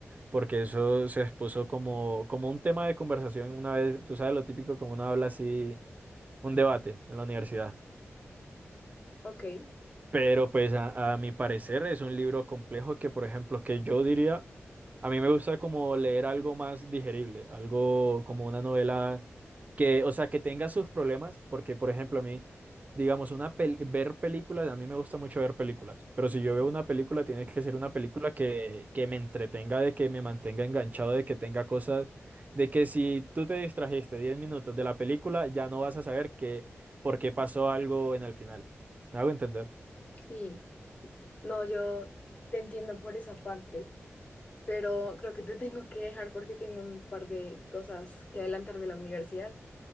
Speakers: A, on the right; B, on the left.
A: porque eso se expuso como, como un tema de conversación una vez, tú sabes lo típico como uno habla así, un debate en la universidad.
B: ok,
A: Pero pues a, a mi parecer es un libro complejo que, por ejemplo, que yo diría, a mí me gusta como leer algo más digerible, algo como una novela que, o sea, que tenga sus problemas, porque, por ejemplo, a mí, digamos, una pel- ver películas, a mí me gusta mucho ver películas, pero si yo veo una película, tiene que ser una película que, que me entretenga, de que me mantenga enganchado, de que tenga cosas, de que si tú te distrajiste 10 minutos de la película, ya no vas a saber qué, por qué pasó algo en el final. ¿Me hago entender?
B: sí. No, yo te entiendo por esa parte, pero creo que te tengo que dejar porque tengo un par de cosas que adelantar de la universidad.